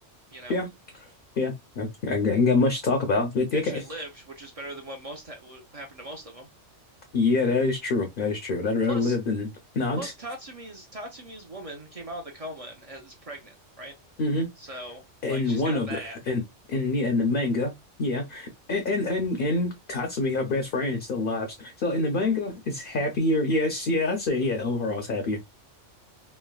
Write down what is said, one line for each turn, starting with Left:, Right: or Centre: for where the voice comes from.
Right: you know,
Left: Yeah. Yeah. I I ain't got much to talk about, but they
Right: and
Left: got
Right: she lived, which is better than what most ha what happened to most of them.
Left: Yeah, that is true. That is true. I'd rather
Right: Plus,
Left: live than not.
Right: plus Tatsumi's Tatsumi's woman came out of the coma and is pregnant, right?
Left: hmm
Right: So
Left: And
Right: like she's
Left: one
Right: got
Left: of
Right: that.
Left: the and and yeah, and the manga, yeah, and and and, and Tatsumi, her best friend, still lives. So in the manga, it's happier. Yes, yeah, I say yeah. Overall, it's happier.